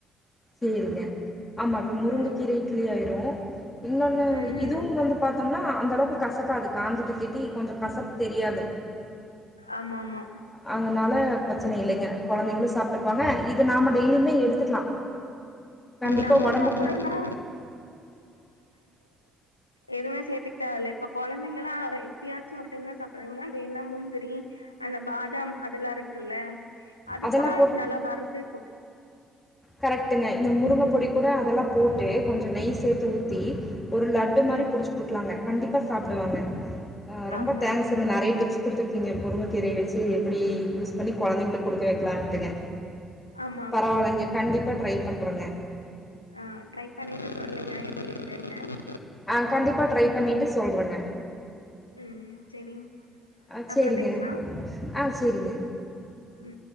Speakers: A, on the left (about 20°); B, on the left (about 85°).
A: சேரிங்க ஆமா இப்ப முருங்கக்கீர
B: ம்.
A: இட்லி ஆயிரூ இன்னொன்னு
B: ம்.
A: இதுவும் வந்து பாத்தம்னா அந்தளவுக்கு கசக்காது காஞ்சிட்டு கட்டி கொஞ்சோ கசப்பு தெரியாது
B: ஆமாமா.
A: அதுனால ச்சன இல்லைங்க கொழந்தைங்களூ சாப்டுக்குவாங்க இது நாம டெய்லியுமே எடுத்துக்லா கண்டிப்பா
B: நம்ம
A: ஒடம்புக்கு
B: சாப்பிடுறோம்னா
A: ந
B: எதூமே சேத்துக் தேவல இப்ப கொழந்தைங்கனா எப்பயாச்சு ஒரு டைம் தா சாப்றாங்கன்னா வேணுன்னா முந்திரி அந்த பாதாம் அதெல்லா இருக்குல்ல அது
A: அதெல்லாம்
B: கூட நல்லா வறுத்து போட்டு
A: கரெக்டுங்க இந்த முருங்க பொடி கூட அதெல்லா போட்டு கொஞ்சோ நெய் சேத்து ஊத்தி ஒரு லட்டு மாரி
B: ம்.
A: புடிச்சு குடுக்லாங்க கண்டிப்பா சாப்பிடுவாங்க ரொம்ப
B: ஆமா.
A: தேங்க்ஸ்ங்க நறைய டிப்ஸ் குடுத்து கீங்க முருங்கக்கீரைய வச்சு எப்டி யூஸ் பண்ணி கொழந்தைங்களுக் கொடுக்க வைக்கலான்ட்டுங்க
B: ஆமாமா.
A: பரவாலைங்க ட்ரை பண்றேங்க
B: ஆ ட்ரை பண்ணிட்டு சொல்லுங்க எப்டி இருக்குன்னு
A: ஆ கண்டிப்பா ட்ரை பண்ணிட்டு சொல்றங்க
B: ம் செரி
A: அ செரிங்க
B: அப்றோ பேசலா
A: ஆ செரிங்க
B: ம்